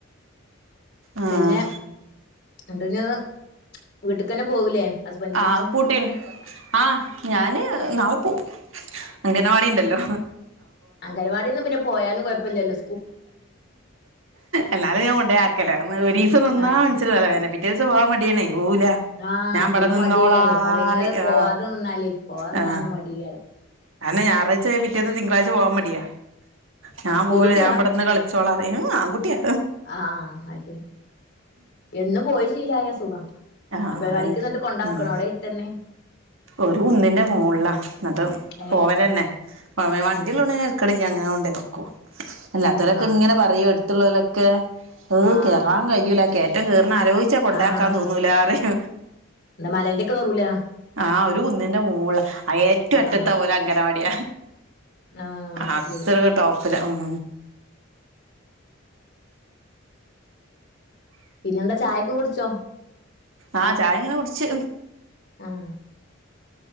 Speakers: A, on the right; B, on the left.
A: ആഹ്
B: പിന്നെ എന്തന്ന് വീട്ടക്ക്ന്നെ പോവൂലേ ഹസ്ബൻഡിനന്ന്
A: ആ പൂട്ടീണ് ആ ഞാന് നാളെ പോവും അംഗനവാടി ണ്ടല്ലോ
B: അംഗൻവാടിന്നും പിന്നെ പോയാലും കുഴപ്പല്ലല്ലോ
A: എന്നാലും ഞാൻ കൊണ്ടേ ആക്കല ന്ന് ഒരീസം നിന്നാ
B: ആഹ്
A: മൻസന് തലവേന പി റ്റേസം പോവാൻ മടി ആണെയ് ഓവൂല
B: ആഹ്
A: ഞാൻ
B: പിന്നെ
A: ബടെ നിന്നോലാറി
B: മടിയേക്കാരെ മടി ഇങ്ങനെ പോവാതെ
A: ആ
B: നിന്നാലേ പോവാതെ നിന്നാ
A: ആ
B: പിന്നെ മടിയേക്കാരം
A: അന്ന് ഞായറാഴ്ച ആയ പിറ്റേന്ന് തിങ്കളാഴ്ച പോവാൻ മടിയാ ഞാൻ
B: പെൺകുട്ടിയാ
A: പോവൂല ഞൻവിടെന്ന് ക്ളി ച്ചോളറി ഏ ആങ്കുട്ടിയ
B: ആ അത് ശരി എന്ന് പോയി ശീലായ സുഖ
A: ആഹ്
B: അങ്കൽ
A: അതന്നെ
B: വാടീക്ക്‌ ന്നിട്ട് കൊണ്ടാക്കണോ
A: ഉം
B: അവിടെ എര്ത്തന്നെ
A: ഒരു കുന്നിന്റെ മോൾള അത്
B: ഏഹ്
A: പോവലന്നെ വ വ വണ്ടിള്ളോണ്ട്
B: ഉം
A: തെര് ക്കടില്യ അങ്ങനെ കൊണ്ടേക്കും അല്ലാത്തോലൊക്കെ
B: ആഹ്
A: ങ്ങനെ പറയോ എടുത്തുള്ളോലൊക്കെ അഹ്
B: ആഹ്
A: കേ വാൻ കഴഞ്ഞൂല കയറ്റം കയറണ ആലോചിച്ചാ കൊണ്ടാക്കാൻ
B: ആഹ്
A: തോന്നൂലാ റിം
B: എന്താ മലേന്റെക്കെറൂല
A: ആ ഒരു കുന്നിന്റെ മൂള് ഏറ്റവുംറ്റത്ത
B: ആഹ്
A: ഓലെ അംഗനവാടി
B: ആഹ് അത്
A: അത്ര
B: ശരി
A: ടോപ്പില ഉം
B: പിന്നെന്താ ചായൊക്കെ കുടിച്ചോ
A: ആ ചായ ങ്ങനെ കുടിച്ച്
B: ആഹ്